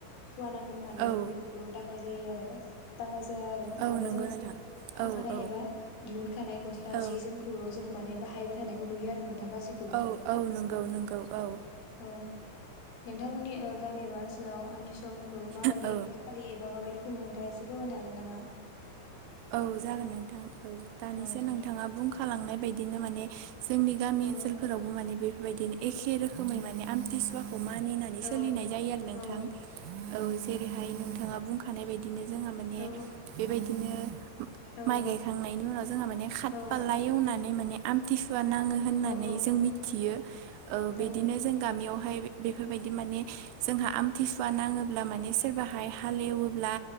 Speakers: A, on the left; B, on the right.
A: सुवा नांगोन होननानै
B: औ
A: जों बेफोरखौ दांनाय जायो आरो दांनाय जाया आरो
B: औ
A: माने
B: नंगौ
A: जोङो
B: नोंथां
A: थाखानाय
B: औ औ
A: एबा दिहुनखानाय गस्ला
B: औ
A: जि जोमखौल' जोङो माने बाहायबाय थानायखौ नुयो आरो नोंथां सिगाङा
B: औ औ नंगौ नंगौ औ
A: औ नोंथांमोननि गामि एबा ओनसोलाव आमथिसुवाफोरखौ माबायदि
B: औ
A: फालि एबा माबायदि खुङो नोंथाङासे फोरमायनो हागोन नामा
B: औ जागोन नोंथां औ दानिसो
A: औ
B: नोंथाङा बुंखालांनाय बायदिनो माने जोंनि गामि
A: औ
B: ओनसोलफोरावबो माने बेफोरबायदिनो एखे रोखोमै माने आमथिसुवाखौ मानिनानै
A: औ
B: सोलिनाय जायो आरो नोंथां
A: औ
B: औ जेरैहाय नोंथा बुं हानाय बायदिनो जोंहा माने
A: औ
B: बेबायदिनो
A: औ
B: माइ गायखांनायनि उनाव जोंहा माने खातफाला
A: औ
B: एवनानै माने आमथिसुवा नाङो होननानै
A: औ औ
B: जों मिथियो बिदिनो
A: औ
B: जों गामियावहाय बेफोरबायदि माने जोंहा आमथिसुवा नाङोब्ला माने सोरबाहाय हालेवोब्ला